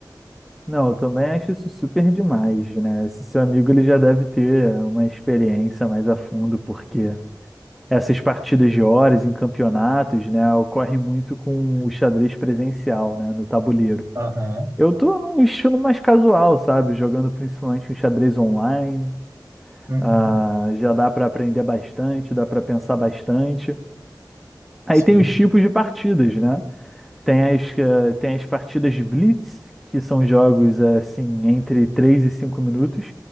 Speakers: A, in the centre; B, on the right.
A: Não, eu também acho isso super demais, né? Esse seu amigo ele já deve ter uma experiência mais a fundo, porque essas partidas de horas em campeonatos, né, ocorrem muito com o xadrez presencial, né, no tabuleiro.
B: Aham,
A: Eu tô num estilo mais casual, sabe? Jogando principalmente um xadrez online.
B: uhum,
A: Ah, já dá para aprender bastante, dá para pensar bastante. Aí
B: sim.
A: tem os tipos de partidas, né? Tem as, eh, tem as partidas de Blitz, que são jogos eh, assim entre 3 e 5 minutos